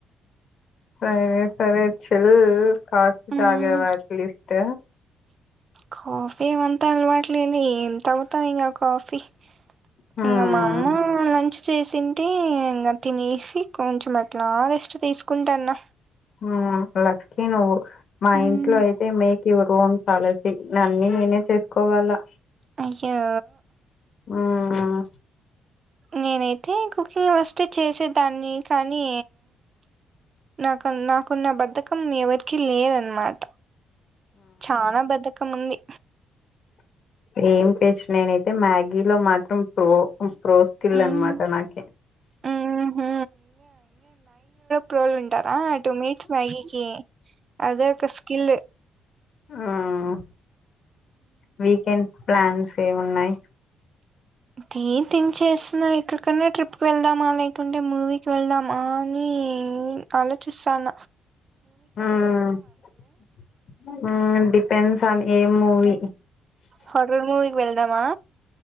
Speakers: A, on the left; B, on the right.
A: సరే సరే చిల్ కాఫీ
B: హ్మ్.
A: తాగావా అట్లీస్ట్
B: కాఫీ ఏమంతా అలవాటులేదు ఎం తాగుతావ్ ఇంగా కాఫీ.
A: హ్మ్.
B: ఇంగా మా అమ్మ లంచ్ చేసింటే ఇంగా తినేసి కొంచెం అట్లా రెస్ట్ తీసుకుంటాన్నా.
A: హ్మ్ లక్కీ నువ్వు మా
B: హ్మ్
A: ఇంట్లో అయితే మే చివరికి వంటా అనేసి అన్ని నేనే చేసుకోవాలా.
B: అయ్యో
A: మ్మ్
B: నేనైతే కుకింగ్ వస్తే చేసేదాన్ని కానీ నాకు నాకున్న బద్ధకం ఎవరి ఎవరికీ లేదు అనమాట చాల బద్ధకం ఉంది
A: ఎం టేస్ట్ నేనైతే మ్యాగీలో మాత్రం ప్రో ప్రోస్కిల్నమాటనాకి
B: హ్మ్ ఊహూ ప్రోల్ ఉంటారా ఆ టూ మినిట్స్ మ్యాగీకి అదే ఒక స్కిల్
A: ఊహ్మ్ వీకెండ్ ప్లాన్స్ ఎం ఉన్నాయి
B: దే థింక్ చేస్తన్నా ఎక్కడికన్నా ట్రిప్ వెళ్దామా లేకుంటే మూవీకి వెళ్దామా అని ఆలోచిస్తాన
A: ఉహు అంటే <unintelligible> ఏ మూవీ
B: హారర్ మూవీకి వెళ్దామా